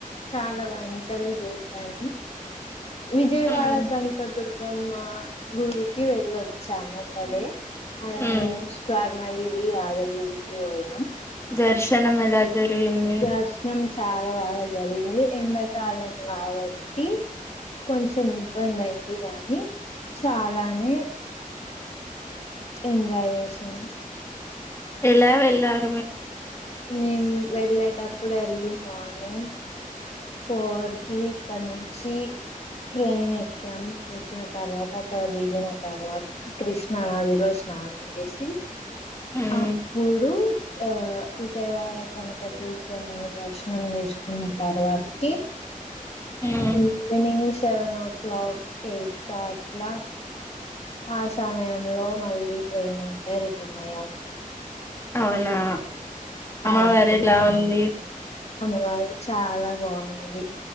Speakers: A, on the left; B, on the left.
A: చాలా వంటలు చేసాను విజయవాడ
B: ఉమ్
A: కనకదుర్గ గమ్మ గుడికి వెళ్ళొచ్చాము ఒకడే అండ్
B: ఉమ్
A: స్వర్ణగిరి యాదగిరికి పోయినాం
B: దర్శనం ఎలా జరిగింది
A: దర్శనం చాలా బాగా జరిగింది ఎండాకాలం కావట్టి కొంచెం ఇబ్బంది అయింది గానీ చాలానే ఎంజాయ్ చేసాం
B: ఎలా వెళ్ళార్
A: మేం వెళ్ళేటప్పుడు ఎర్లీ మార్నింగ్ ఫోర్ కీ ఇక్కడనుంచి ట్రైన్ ఎక్కాం ఎక్కిన తర్వాత అక్కడ దిగిన తర్వాత కృష్ణనదిలో స్నా స్నానం చేసి
B: ఉమ్
A: అప్పుడు ఆ విజయవాడ కనుక దుర్గమ్మని దర్శనం చేసుకున్న తర్వా కీ
B: ఉమ్
A: evening seven o'clock eight కా అట్లా ఆ సమయంలో మళ్ళీ ట్రెయిన్ ఉంటే రిటర్న్ అయ్యాం
B: అవునా అమ్మవారు
A: ఆ
B: ఎలా ఉంది
A: వార్ చాలా బాగుంది